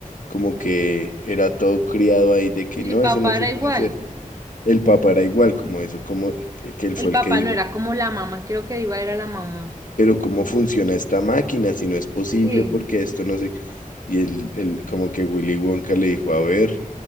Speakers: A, on the left (about 65°); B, on the right (about 25°).
A: como que era todo criado ahí de que
B: Y
A: no,
B: el papá
A: eso no se
B: era igual,
A: puede hacer. El papá era igual, como eso, como que que él
B: el
A: fue
B: papá
A: el que dijo,
B: no era como la mamá, creo que iba era la mamá.
A: pero ¿cómo funciona esta máquina? Si no es posible,
B: Sí,
A: porque esto no se... Y el, el, como que Willy Wonka le dijo, a ver.